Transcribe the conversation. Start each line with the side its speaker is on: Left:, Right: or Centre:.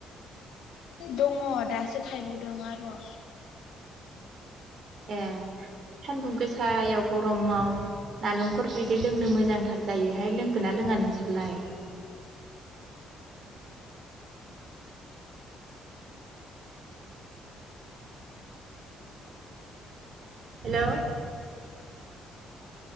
Left: दङ दासो थायबावदों आरो।
Right: ए सान्दुं गोसायाव गरमाव नालेंखल बिदै लोंनो मोजांथार जायोहाय लोंगोन ना लोङा नोंसोरलाय? हेलौ।